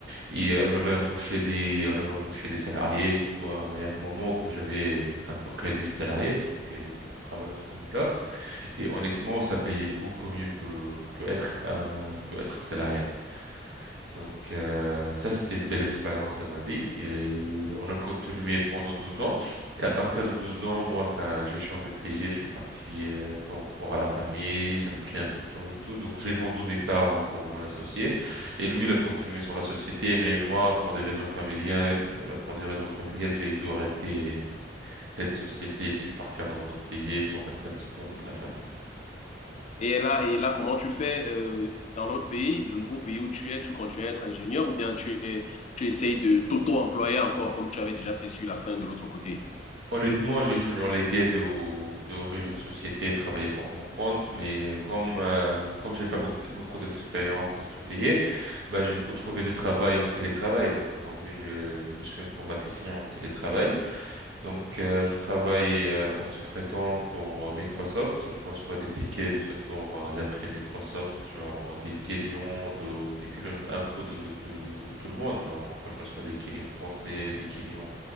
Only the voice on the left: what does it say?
Et là, et là, comment tu fais euh, dans l'autre pays, le nouveau pays où tu es, tu continues à être ingénieur ou bien tu, es, tu essayes de t'auto-employer encore comme tu avais déjà fait sur la fin de l'autre côté?